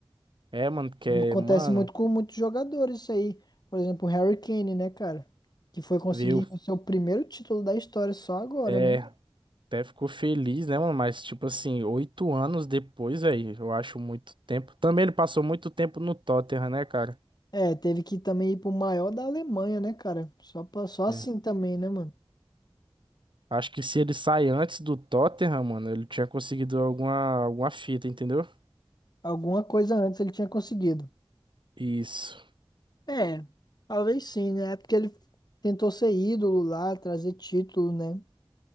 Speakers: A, on the right; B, on the left.
A: É, mano, porque,
B: Acontece
A: mano,
B: muito com muitos jogadores isso aí. Por exemplo, o Harry Kane, né, cara? Que foi conseguir
A: viu?
B: o seu primeiro título da história só agora,
A: É,
B: né?
A: Até ficou feliz, né, mano? Mas, tipo assim, oito anos depois, aí, eu acho muito tempo. Também ele passou muito tempo no Tottenham, né, cara?
B: É, teve que também ir pro maior da Alemanha, né, cara? Só, pra, só assim
A: É.
B: também, né, mano?
A: Acho que se ele sai antes do Tottenham, mano, ele tinha conseguido alguma, alguma fita, entendeu?
B: Alguma coisa antes ele tinha conseguido.
A: Isso.
B: É, talvez sim, né? É porque ele tentou ser ídolo lá, trazer título, né?